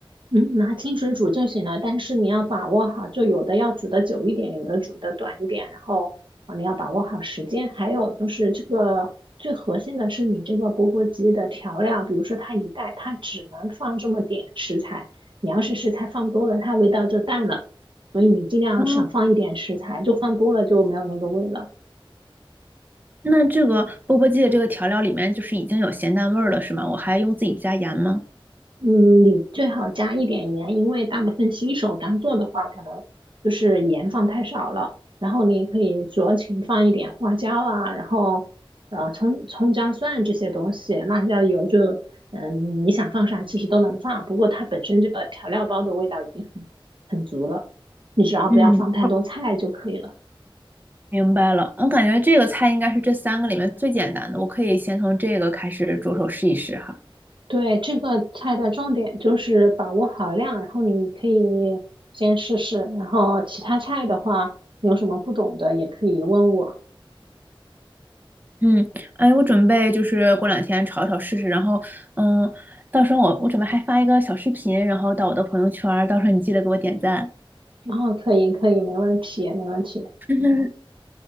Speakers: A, on the right; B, on the right.
A: 嗯，拿清水煮就行了，但是你要把握好，就有的要煮的久一点，有的煮的短一点，然后啊，你要把握好时间。还有就是这个最核心的是你这个钵钵鸡的调料，比如说它一袋它只能放这么点食材，你要是食材放多了，它味道就淡了，所以你尽量少放一点食材，
B: 哦。
A: 就放多了就没有那个味了。
B: 那这个钵钵鸡的这个调料里面就是已经有咸淡味儿了，是吗？我还用自己加盐吗？
A: 嗯，你最好加一点盐，因为大部分新手刚做的话，可能就是盐放太少了。然后你也可以酌情放一点花椒啊，然后呃葱葱姜蒜这些东西，辣椒油就嗯你想放啥其实都能放，不过它本身这个调料包的味道已经很很足了，你只要不要放太多菜就可以了。
B: 嗯，明白了。我感觉这个菜应该是这三个里面最简单的，我可以先从这个开始着手试一试哈。
A: 对，这个菜的重点就是把握好量，然后你可以先试试，然后其他菜的话，你有什么不懂的也可以问我。
B: 嗯，哎，我准备就是过两天炒一炒试试，然后嗯，到时候我我准备还发一个小视频，然后到我的朋友圈儿，到时候你记得给我点赞。
A: 然后可以，可以，没问题，没问题。
B: <laughs>